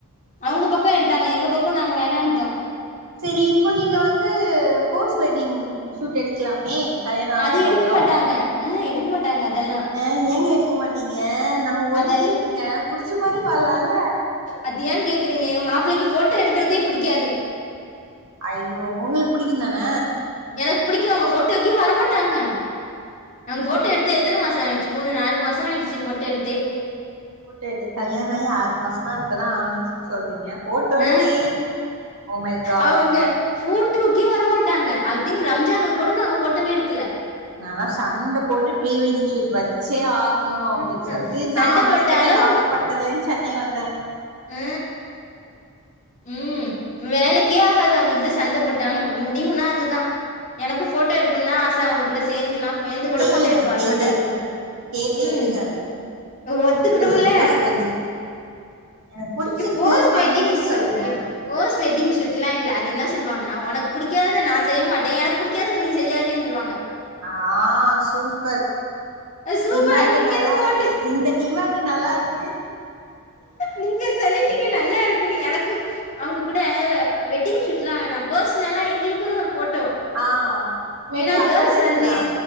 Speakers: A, on the left (about 35°); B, on the right (about 80°).
A: அவங்க பக்கம் எடுத்தாங்க எங்க பக்கம் நாங்க வேணான்னுட்டோ
B: சரி இப்போ நீங்க வந்து போஸ்ட் வெட்டிங் ஷூட் எடுக்கலாமே கல்யாண ஆனதுக்கு
A: அது எடுக்க
B: அப்புறம்ங்கங்க
A: மாட்டாங்க ஆ எடுக்க மாட்டாங்க அதெல்லா
B: எங்க எங்க எடு மாட்டீங்க நம்ம ஒரு
A: அதெல்
B: லைஃப்ங்க புடிச்ச மாதிரி வாழ்லா
A: அது ஏ கேக்குறீங்க மாப்பிளைைக்கு போட்டோ எடுக்கறதே பிடிக்காது
B: ஐயோ உங்களுக்கு புடிக்கு தான
A: எனக்கு பிடிக்கு உங்க போட் டோக்கே வரமாட்டாங்க நாங்க போட்டோ எடுத்து எத்தன மாச ஆயிடுச்சு மூணு நாலு மாசம் ஆயிடுச்சு போட்டோ எடுத்தே
B: போடோ எடு கல்யாண ஆகி ஆறு மாசம் தா இப்பதா ஆணிச்சுன்னு சொல்றீங்க போட்டோ எடுத்தே
A: அ
B: ஓ மை காட்
A: அவங்க ஊட்டு கே வர மாட்டாங்க அது திங்க் ரம்ஜான் கூட நாங்க போட்டோவே எடுக்கல
B: நா எல்லா சண்ட போட்டு ப்ரீ வெட்டிங் ஷூட் வச்சே ஆ ணு அப்டின்னு
A: ம்
B: சொல்லிட்டு
A: சண்ட
B: நா மெனக்கெட்டு
A: போட்டாலு
B: நாகப்பட்டினத்துலிருந்து சென்னை வந்த
A: ஆ உம் வேலைக்கே ஆகாது அவங்க இத் சண்டப்போட்டாங்க ஒரு முடிவுனா அதுதா எனக்கு ஃபோட்டோ எடுக்கணும்னா ஆச அவங்க கூட சேந்தெலா பயந்து கூட
B: கேளுங்க
A: ஃபோட்டோ எடுக்க வரமாட்ட
B: கேட்டு எடுங்க கேட்டு
A: உம்
B: எடுங்க
A: ஒத்துக்கணுமில்ல
B: கேட்டு ஒரு போஸ்ட் வெட்டிங் ஷூட் எனக்கு புடிச்சிருக்கு
A: எ போஸ்ட்
B: பண்ணுங்கன்னு
A: வெட்டிங் சூ
B: சொல்லுங்க
A: எ போஸ்ட் வெட்டிங் சூட்ல்லா இல்ல அது என்ன சொல்லுவாங்கன்னா உனக்கு பிடிக்காதது நா செய்ய மாட்டே எனக்கு பிடிக்காதது நீ செய்யாதன்றவாங்க
B: ஆ சூப்பர்
A: அது சூப்பர்
B: டிமாண்டு்
A: அங்க இங்கேந்து
B: நல்லா
A: போட்டு
B: இருக்கே இந்த டிமாண்டு நல்லா இருக்கு
A: நீங்க சொல்லீட்டீங்க நல்லா இருக்குன்னு எனக்கு அவங்க கூட அவ வெட்டிங் ஷூட் எல்லா வேணா பர்சனல்லா எங்களுக்குன்னு ஒரு ஃபோட்டோ
B: ஆ மேபி
A: ஏன்னா
B: அதாவது
A: கேர்ள்ஸ்
B: எடுக்கலா
A: வந்து